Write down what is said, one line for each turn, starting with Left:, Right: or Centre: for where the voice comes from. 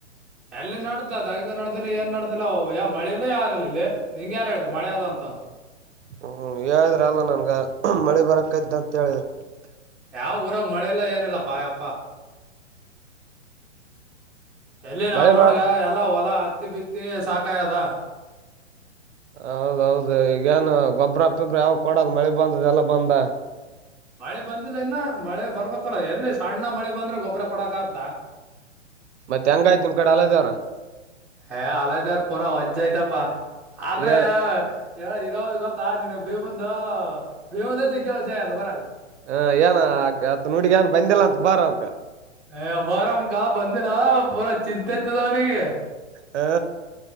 Centre: ಎಲ್ಲಿ ನಡ್ದದಗ ನಡ್ದಿಲ್ಲ ಏನ್ ನಡ್ದಿಲ್ಲ್ಯ ಮಳೆ ಇಲ್ಲ ಯಾರಲ್ಲಿ ಇಲ್ಲಿ ನಿಂಂಗ ಯಾರ ಹೇಳಿದ್ರರು ಮಳೆ ಯಾವ್ದ ಅಂತ ಅ
Right: ಹ್ಮ್ ಹೇಳಿದ್ರ ಅಲ್ಲಾ ನನ್ಗ ಮಳಿ ಬರಕ್ಕ ಇದ್ದ ಅಂತ ಹೇಳಿದ್ರಿ
Centre: ಯಾವ ಊರಾಗ ಮಳೆ ಇಲ್ಲ ಏನಿಲ್ಲ ಪಾಯಪ್ಪ ಎಲ್ಲಿ ನಾವ್
Right: ಮಳೆ
Centre: ನೋಡ್ಗ
Right: ಬ
Centre: ಎಲ್ಲ ಹೊಲ ಹತ್ತಿ ಬಿತ್ತಿ ಸಾಕಾಯದ
Right: ಹೌದೌದು ಈಗೇಏನು ಗೊಬ್ಬ್ರ ಪೊಬ್ರ ಯಾವಾಗ ಕೊಡದು ಮಳೆ ಬಂದದೆ ಎಲ್ಲ ಬಂದ
Centre: ಮಳೆ ಬಂದಿಲ್ಲ ಇನ್ನ ಮಳೆ ಬರ್ಬೇಕಲ್ಲ ಎಲ್ಲಿ ಸಣ್ಣ ಮಳೆ ಬಂದ್ರೆ ಗೊಬ್ಬರ ಕೊಡಕ ಆದ್ದ
Right: ಮತ್ತೆ ಹೆಂಗಾಯ್ತ್ ನಿಮ ಕಡೆ ಅಲದವ್ರ
Centre: ಹ ಅಲದಾರ ಪೂರ ಹೊಜಾಯತಪ್ಪ ಅೆ
Right: ಏ
Centre: ಇರೋದು ಗೊತ್ತಾ ನಿನು ಭೀಮಂದು ಭೀಮಂದ ಜಗ್ಗೆ ಜಯ ಅದು ಬರ
Right: ಹಾ ಏನ ಆ ಹತ್ ನುಡಗ ಏನ್ ಬಂದಿಲ್ಲ ಅಂತ ಬಾರ ಅವಕ್ಕ
Centre: ಏ ಮೊರಂ ಕಾ ಬಂದಿಲ್ಲ ಪೂರಾ ಚಿಂತೆ ಇತದ ಅವನಿಗೆ
Right: ಹಾ